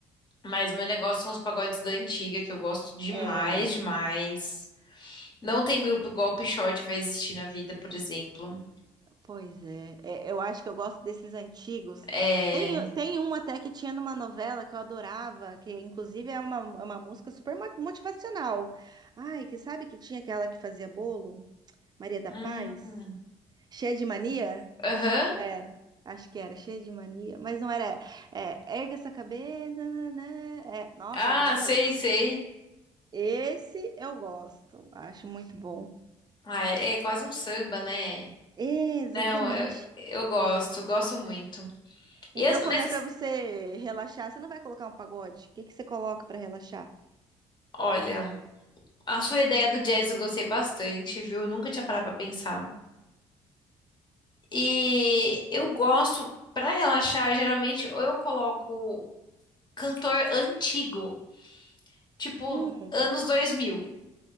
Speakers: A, on the left; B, on the right.
A: mas meu negócio são os pagodes da antiga, que eu gosto demais,
B: É.
A: demais. Não tem grupo igual o Pixote vai existir na vida, por exemplo.
B: Pois é. É, eu acho que eu gosto desses antigos.
A: É.
B: Tem, tem um até que tinha numa novela que eu adorava, que inclusive é uma, é uma música super mo- motivacional. Ai, que sabe que tinha aquela que fazia bolo? Maria da
A: Hum.
B: Paz? Cheia de mania?
A: Aham.
B: É, acho que era cheia de mania, mas não era. É, erga essa cabeça, né? É, nossa,
A: Ah,
B: eu adoro
A: sei,
B: esse.
A: sei.
B: Esse eu gosto, acho muito bom.
A: Ah, é é quase um samba, né?
B: Exatamente.
A: Não, eu, eu gosto, gosto muito.
B: Então,
A: E as- mas,
B: quando é
A: as-
B: pra você relaxar, você não vai colocar um pagode? O que que você coloca pra relaxar?
A: olha, a sua ideia do jazz eu gostei bastante, viu? Nunca tinha parado pra pensar. E eu gosto, pra relaxar, geralmente, ou eu coloco cantor antigo, tipo
B: Hum,
A: anos 2000,